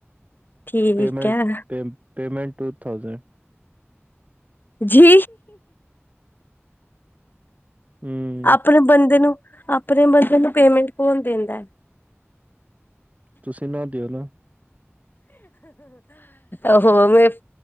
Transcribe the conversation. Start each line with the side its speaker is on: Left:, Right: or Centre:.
Left: ਠੀਕ
Right: ਪੇਮੈਂਟ,
Left: ਹੈ
Right: ਪ ਪੇਮੈਂਟ ਟੂ ਥਾਊਜੈਂਡ।
Left: ਜੀ
Right: ਹਮ।
Left: ਆਪਨੇ ਬੰਦੇ ਨੂੰ, ਆਪਨੇ ਬੰਦੇ ਨੂੰ ਪੇਮੈਂਟ ਕੌਨ ਦਿੰਦੈ।
Right: ਤੁਸੀਂ ਨਾ ਦਿਓ ਨਾ
Left: ਓਹੋ ਮੈਂ